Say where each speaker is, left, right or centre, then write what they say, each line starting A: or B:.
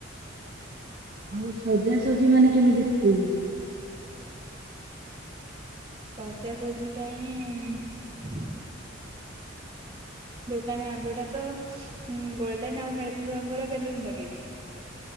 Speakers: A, on the right; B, on the right.
A: ଆଉ ସଜାସଜି ମାନେ କେମିତି କରିବୁ?
B: ଶଜାଶଜି ପାଇଁ ଦୋକାନ ଆଗୋଟା ତ ଗୋଲଡ଼େନ ଆଉ ମେରୁନ୍ ରଙ୍ଗର ବେଲୁନ୍ ଲଗେଇବି।